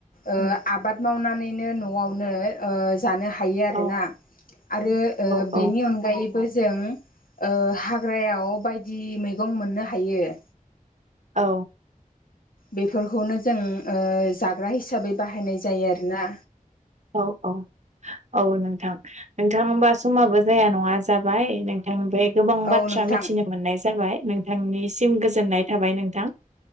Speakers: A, on the left; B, on the right.
A: ओ आबाद मावनानैनो न'आवनो ओ जानो हा हायो
B: औ
A: आरोना आरो ओ
B: औ
A: बेनि अनगायै बो जों ओ हाग्रायाव बायदि मैगं मोननो हायो
B: औ
A: बेफोरखौनो जों ओ जाग्रा हिसाबै बाहायनाय जायो आरोना
B: औ औ औ नोंथां नोंथांबा समाबो जाया नङा जाबाय नोंथांनिफ्राय गोबां
A: औ
B: बाथ्रा
A: नोंथां
B: मिथिनो मोननाय जाबाय नोंथांनिसिम गोजोननाय थाबाय नोंथां।